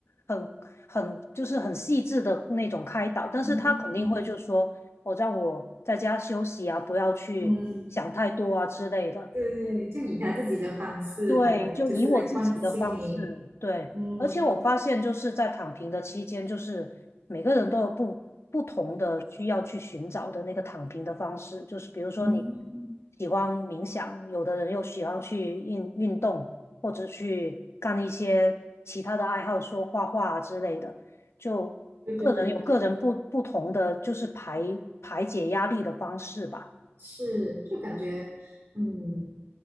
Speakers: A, on the left; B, on the right.
A: 很很就是很细致的那种开导，但是他肯定会就说，
B: 嗯
A: 我、让我在家休息啊，不要去想太多啊之类的。
B: 嗯，对，就以他自己的方式来，
A: 对，就以我自己的方式，
B: 就是来关心你，
A: 对，
B: 嗯
A: 而且我发现就是在躺平的期间，就是每个人都有不不同的需要去寻找的那个躺平的方式，就是比如说你
B: 嗯，
A: 喜欢冥想，有的人又喜欢去运运动，或者去干一些其他的爱好，说画画啊之类的，就个人有个人不不同的就是排排解压力的方式吧。
B: 对对对对对，是，就感觉嗯。